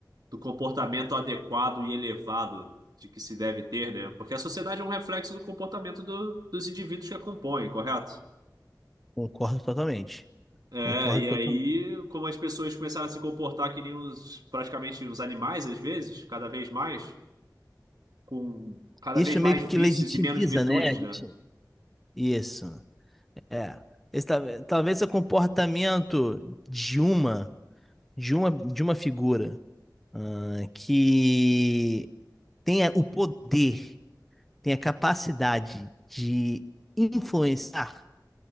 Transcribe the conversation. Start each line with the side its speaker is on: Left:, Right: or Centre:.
Right: do comportamento adequado e elevado de que se deve ter, né? Porque a sociedade é um reflexo do comportamento do- dos indivíduos que a compõem, correto?
Centre: Concordo totalmente.
Right: É,
Centre: Concordo
Right: e
Centre: totalmente.
Right: aí, como as pessoas começaram a se comportar que nem os, praticamente os animais, às vezes, cada vez mais, com cada
Centre: Isso
Right: vez mais
Centre: meio
Right: vícios
Centre: que legitimiza,
Right: e menos virtudes,
Centre: né? a gente?
Right: né?
Centre: Isso. É. Esse tal- talvez o comportamento de uma, de uma, de uma figura ah, que tem a- o poder, tem a capacidade de influenciar,